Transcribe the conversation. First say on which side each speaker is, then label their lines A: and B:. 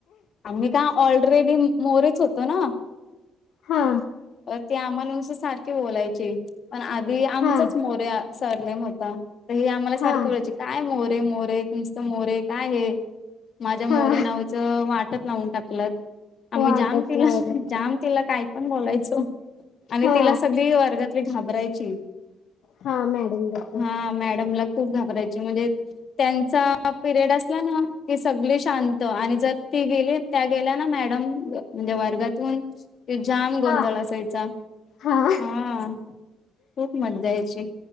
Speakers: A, on the left; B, on the left.
A: आम्ही का ऑलरेडी मोरीच होतो ना.
B: हा.
A: ती आम्हाला नुस सारखी बोलायची पण आधी आमचच
B: हा
A: मोरे सरनेम हो. हे आम्हाला सारखे
B: हा
A: म्हणायचे काय मोरे मोरे नुस्त मोरे काय आहे. माझ्या मोर्या
B: हा
A: नावाचं वाटत लावून टाकल. आम्ही
B: वाटच
A: जाम तिला
B: लावलंय
A: जाम तिला काय पण बोलायचो. आणि
B: हा
A: तिला सगळी वर्गातली घाबरायची.
B: हा मॅडम र
A: हा मॅडमला खूप घाबरायची म्हणजे त्यांचा पिरियड असला ना. की सगळी शांत आणि जर ती गेली त्या गेल्या ना मॅडम म्हणजे वर्गातून. ते जाम गोंधळ
B: हा
A: असायचा
B: हा
A: हा खूप मज्जा यायची.